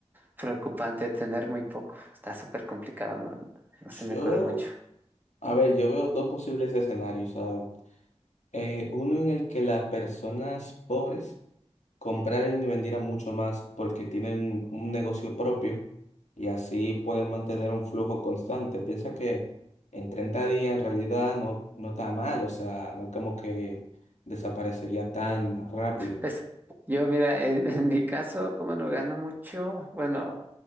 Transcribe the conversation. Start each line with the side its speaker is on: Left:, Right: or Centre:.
Right: preocupante tener muy poco. Está súper complicado, ¿no? No se me
Left: Yo
Right: ocurre mucho.
Left: A ver, yo veo dos posibles escenarios. o sea, eh, uno en el que las personas pobres compraran y vendieran mucho más porque tienen un negocio propio y así pueden mantener un flujo constante. Piensa que en 30 días en realidad no, no está mal, o sea, no es como que desaparecería tan rápido.
Right: Es, yo, mira, en, en mi caso, como no gano mucho, bueno,